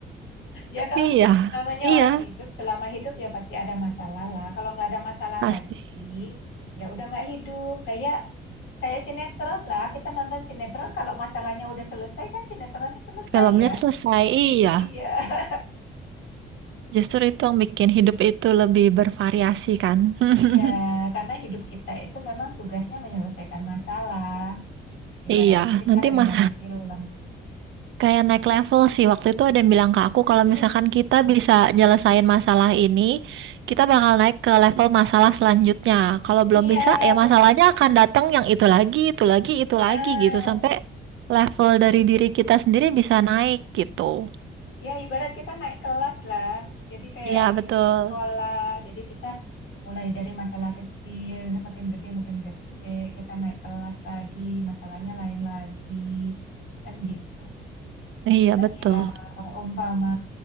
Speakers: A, on the left (about 80°); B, on the right (about 75°).
A: Ya kalau
B: iya,
A: namanya
B: iya,
A: orang hidup, selama hidup ya pasti ada masalah lah. Kalau nggak ada masalah
B: pasti.
A: lagi, ya udah nggak hidup. Kayak kayak sinetron lah. Kita nonton sinetron, kalau masalahnya udah selesai kan sinetronnya selesai
B: Filmnya
A: ya.
B: selesai, iya.
A: Iya,
B: Justru itu yang bikin hidup itu lebih bervariasi kan.
A: <laughs>
B: <laughs>
A: iya. Karena hidup kita itu memang tugasnya menyelesaikan masalah. Ibaratnya
B: Iya,
A: kita
B: nanti
A: lagi
B: mah
A: main film.
B: kayak naik level sih. Waktu itu ada yang bilang ke aku
A: <laughs>
B: kalau misalkan kita bisa nyelesain masalah ini,
A: Mm-mm,
B: kita bakal naik ke level masalah selanjutnya. Kalau
A: Iya,
B: belum bisa, ya
A: benar.
B: masalahnya akan datang yang itu lagi, itu lagi, itu
A: Nah,
B: lagi gitu sampai level
A: setuju,
B: dari
A: setuju.
B: diri kita sendiri bisa naik gitu.
A: Ya, ibarat kita naik kelas lah. Jadi kayak
B: Iya,
A: hidup
B: betul.
A: ini sekolah. Jadi kita mulai dari masalah kecil, ini makin gede, makin gede. Kita naik kelas lagi, masalahnya lain lagi. Kan gitu.
B: Iya,
A: Bilang
B: betul.
A: ya, umpama